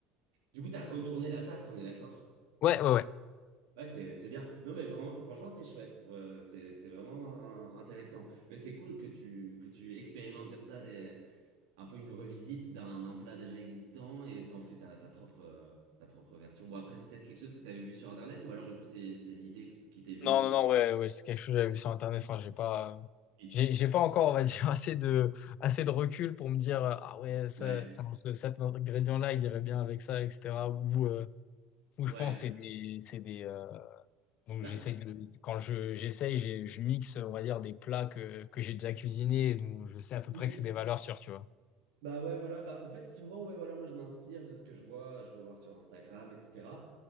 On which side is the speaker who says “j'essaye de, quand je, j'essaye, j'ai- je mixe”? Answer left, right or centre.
Left